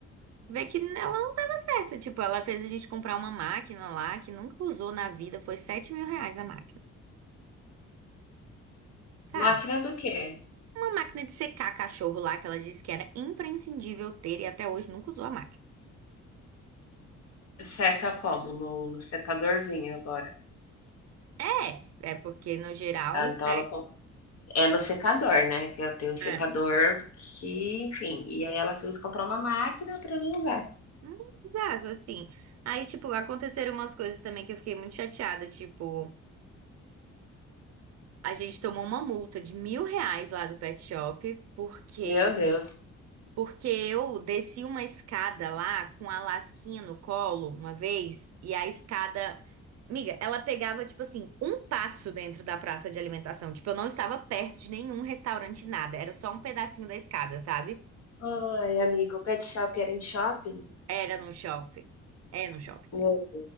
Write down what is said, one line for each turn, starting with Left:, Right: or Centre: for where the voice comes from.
Right: Ver que ela não tava certa. Tipo, ela fez a gente comprar uma máquina lá que nunca usou na vida. Foi sete mil reais a máquina, sabe?
Left: Máquina do quê?
Right: Uma máquina de secar cachorro lá que ela disse que era imprescindível ter e até hoje nunca usou a máquina.
Left: Seca como? No no secadorzinho agora.
Right: É, é porque no geral.
Left: Ah, então
Right: É,
Left: ela com é no secador, né, que eu tenho um secador
Right: é.
Left: que, enfim, e aí ela fez comprar uma máquina pra não usar.
Right: Hum, Exato, assim. Aí, tipo, aconteceram umas coisas também que eu fiquei muito chateada. Tipo, a gente tomou uma multa de mil reais lá do pet shop porque
Left: Meu Deus.
Right: Porque eu desci uma escada lá com a lasquinha no colo uma vez, e a escada. Miga, ela pegava, tipo assim, um passo dentro da praça de alimentação. Tipo, eu não estava perto de nenhum restaurante, nada. Era só um pedacinho da escada, sabe?
Left: Ai, amigo, o pet shop era em shopping?
Right: Era num shopping. É num shopping,
Left: Meu.
Right: né?